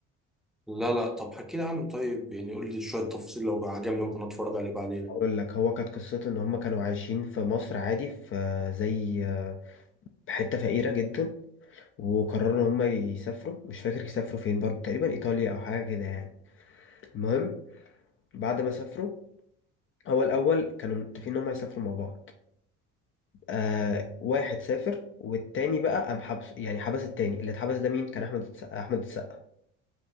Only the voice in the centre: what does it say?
لا لا طب حكي لي عنه طيب يعني قول لي شوية تفاصيل لو عجبني ممكن اتفرج عليه بعدين